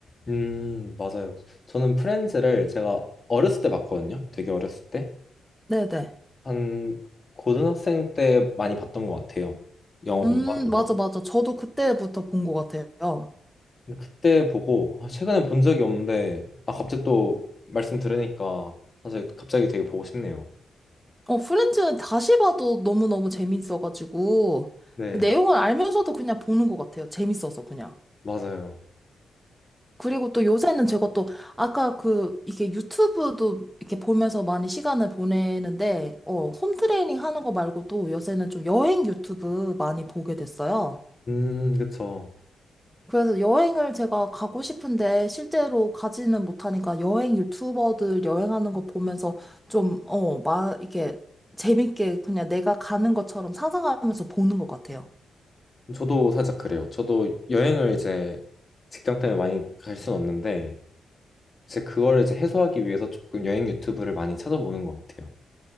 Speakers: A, on the left; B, in the centre.
A: 음, 맞아요. 저는 프렌즈를 제가 어렸을 때 봤거든요. 되게 어렸을 때.
B: 네네.
A: 한 고등학생 때 많이 봤던 것 같아요. 영어
B: 음,
A: 공부하면서.
B: 맞아, 맞아. 저도 그때부터 본 것 같아요.
A: 근데 그때 보고 아, 최근에 본 적이 없는데 아 갑자기 또 말씀 들으니까 사실 갑자기 되게 보고 싶네요.
B: 어, 프렌즈는 다시 봐도 너무너무 재밌어가지고,
A: 네,
B: 그 내용을 알면서도 그냥 보는 것 같아요. 재밌어서 그냥.
A: 맞아요.
B: 그리고 또 요새는 제가 또, 아까 그, 이게 유튜브도 이렇게 보면서 많이 시간을 보내는데, 어, 홈트레이닝 하는 거 말고도 요새는 좀 여행 유튜브 많이 보게 됐어요.
A: 음, 그쵸.
B: 그래서 여행을 제가 가고 싶은데 실제로 가지는 못하니까 여행 유튜버들 여행하는 거 보면서 좀, 어, 막 이게 재밌게 그냥 내가 가는 것처럼 상상하면서 보는 것 같아요.
A: 저도 살짝 그래요. 저도 여행을 이제 직장 때문에 많이 갈 수는 없는데 이제 그걸 이제 해소하기 위해서 조금 여행 유튜브를 많이 찾아보는 것 같아요.